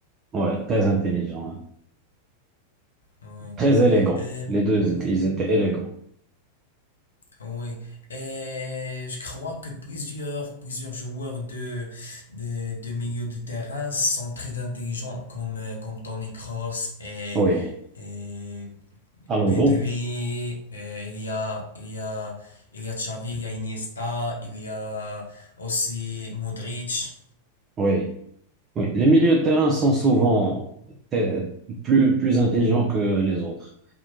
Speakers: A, on the right; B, on the left.
A: Ouais, très intelligent, hein.
B: Oui.
A: Très élégant.
B: Et,
A: Les deux,
B: hmm,
A: étaient- ils étaient élégants.
B: oui. Et je crois que plusieurs, plusieurs joueurs de, de, de milieu de terrain sont très intelligents, comme, euh, comme Toni Kroos et,
A: Oui.
B: et
A: Alonso,
B: Pedri. et il y a, il y a, il y a Xavi, il y a Iniesta, il y a aussi Modric.
A: oui. Oui, les milieux de terrain sont souvent te- plus, plus intelligents que les autres.